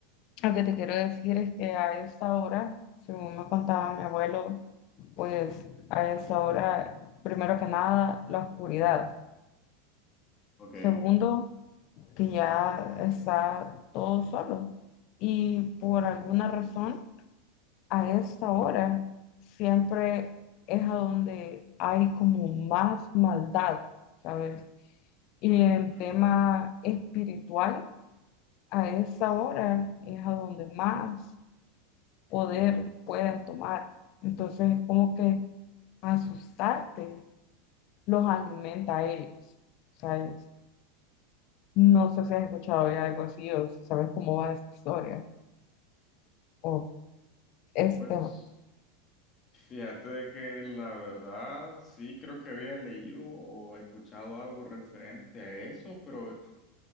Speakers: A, on the left; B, on the left.
A: lo que te quiero decir es que a esa hora, según me contaba mi abuelo, pues a esa hora, primero que nada, la oscuridad.
B: ok.
A: Segundo, que ya está todo solo. Y por alguna razón, a esa hora siempre es a donde hay como más maldad, ¿sabes? Y en
B: Ujú.
A: tema espiritual. a esa hora es a donde más poder pueden tomar. Entonces es como que asustarte los alimenta a ellos, ¿sabes? No sé si has escuchado ya algo así o si sabes cómo va esta historia o este
B: Pues
A: tema.
B: fíjate de que la verdad sí creo que había leído o escuchado algo referente a eso, pero